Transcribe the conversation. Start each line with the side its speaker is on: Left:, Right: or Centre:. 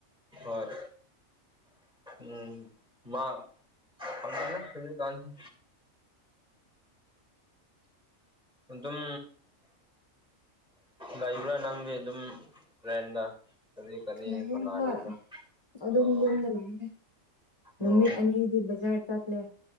Centre: ꯍꯣꯏ ꯎꯝ ꯃꯥ ꯐꯪꯗ ꯍꯧꯖꯤꯛ ꯀꯥꯟꯁꯤ ꯑꯗꯨꯝ ꯂꯩꯕ꯭ꯔꯥ ꯅꯪꯗꯤ ꯑꯗꯨꯝ ꯔꯦꯟꯗ ꯀꯔꯤ ꯀꯔꯤ
Left: ꯂꯩꯌꯦ
Centre: ꯍꯣꯠꯅꯔꯤꯕ꯭ꯔꯥ
Left: ꯍꯣꯏ ꯑꯗꯨꯝ
Centre: ꯑꯣ
Left: ꯌꯨꯝꯗ ꯂꯥꯛꯑꯒꯦ ꯅꯨꯃꯤꯠ
Centre: ꯑꯣ
Left: ꯑꯅꯤ ꯉꯁꯤ ꯕꯥꯖꯥꯔ ꯆꯠꯂꯦ